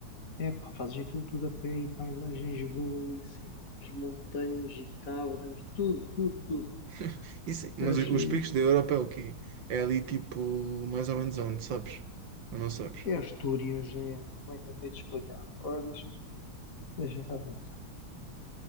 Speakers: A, on the left; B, on the right.
A: é pá, fazes aquilo tudo a pé e paisagens belíssimas, montanhas e cabras, tudo, tudo, tudo.
B: <laughs> Isso,
A: Achei.
B: mas os, os picos da Europa é o quê? É ali tipo, mais ou menos onde, sabes? Ou não sabes?
A: É Astúrias, é. Como é que eu tenho de explicar? Agora deixa, deixa cá ver.